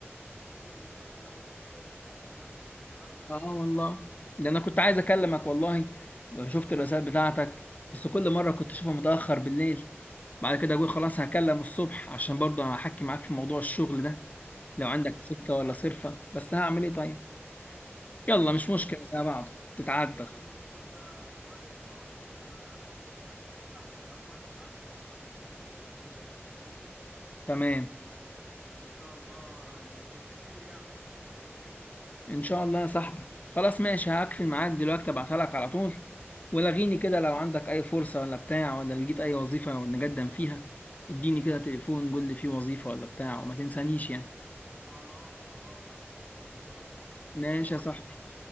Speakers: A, in the centre; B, on the left (about 35°).
A: فاسيبه لما اكلمه وكويس ان انا كلمتك النهاردة
B: اه والله ده انا كنت عايز اكلمك والله شفت الرسائل بتاعتك بس كل مره كنت اشوفها متاخر بالليل بعد كده اقول خلاص هكلم الصبح عشان برضه هحكي معاك في موضوع الشغل ده لو
A: صحيح
B: عندك سكه
A: صحيح
B: ولا صرفه بس هعمل ايه طيب يلا مش مشكله زي بعض تتعدى
A: نشوف الموضوع ده قريب خالص انا اشوف لك الصاحب دوت تبعت لي انت بس السيرة الذاتية ليك
B: تمام
A: وان شاء الله يبقى في خير يعني ربنا يكرم
B: ان شاء الله يا صاحبي خلاص ماشي هقفل معاك دلوقتي ابعتها لك على طول ولغيني كده لو عندك اي فرصة ولا بتاع ولا لقيت اي وظيفة نقدم فيها اديني كده تليفون قول لي في وظيفة ولا بتاع وما تنسانيش يعني
A: خلاص خلاص على اتصال ان شاء الله على
B: ماشي
A: اتصال
B: يا صاحبي